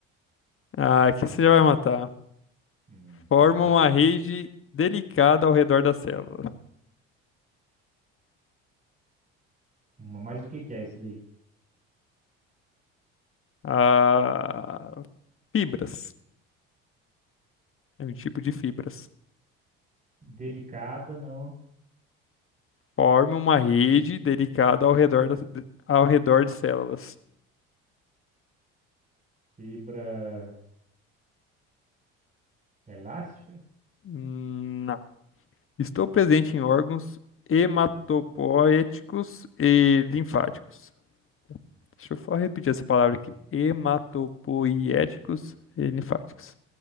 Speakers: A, on the left; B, on the right.
A: Ah, aqui você já vai matar.
B: Hum,
A: Forma
B: será?
A: uma rede delicada ao redor da célula.
B: Ma- Mas o que que é isso daí?
A: Ah, fibras. É um tipo de fibras.
B: Delicada no
A: Forma uma rede delicada ao redor, da, ao redor de células.
B: fibras elásticas?
A: Hum, Não. Estou presente em órgãos hematopoéticos e linfáticos. Deixa eu só repetir essa palavra aqui: hematopoéticos e linfáticos.